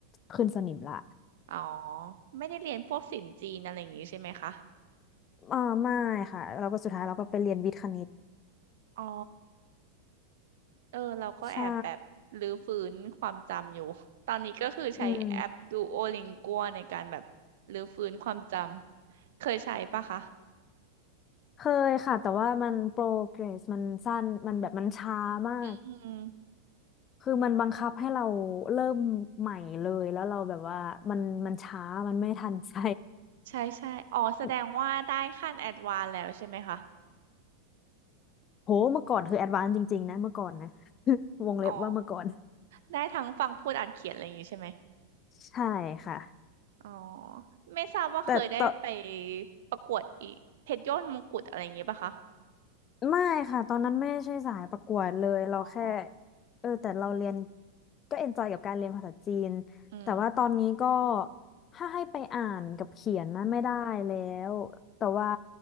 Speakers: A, on the left (about 30°); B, on the right (about 55°).
A: ขึ้นสนิมละ
B: อ๋อไม่ได้เรียนพวกศิลป์จีนอะไรอย่างงี้ใช่ไหมคะ
A: อ่าไม่ค่ะเราก็สุดท้ายเราก็ไปเรียนวิทย์คณิต
B: อ๋อเออเราก็แอบแบบรื้อฟื้นความจำอยู่ตอนนี้ก็คือใช้แอปดูโอลิงกัวในการแบบรื้อฟื้นความจำ
A: ใช่อืม
B: เคยใช้ปะคะ
A: เคยค่ะแต่ว่ามันโปรเกรสมันสั้นมันแบบมันช้ามาก
B: อืม
A: คือมันบังคับให้เราเริ่มใหม่เลยแล้วเราแบบว่ามันมันช้ามันไม่ทันใจ
B: ใช่ใช่อ๋อแสดงว่าได้ขั้นแอดวานแล้วใช่ไหมคะ
A: <laughs> โหเมื่อก่อนคือแอดวานซ์จริงๆนะเมื่อก่อนนะ <laughs> วงเล็บว่าเมื่อก่อน
B: อ๋อ ได้ทั้งฟังพูดอ่านเขียนอะไรอย่างงี้ใช่ไหม
A: ใช่ค่ะ
B: อ๋อ ไม่ทราบว่าเคยได้ไป
A: แต่ต่อ
B: ประกวดอีกเพชรยอดมงกุฎอะไรอย่างงี้ป่ะคะ
A: ไม่ค่ะตอนนั้นไม่ใช่สายประกวดเลยเราแค่
B: อ๋อ
A: เออแต่เราเรียนก็เอนจอยกับการเรียนภาษาจีน
B: อืม
A: แต่ว่าตอนนี้ก็ถ้าให้ไปอ่านกับเขียนนะไม่ได้แล้วแต่ว่า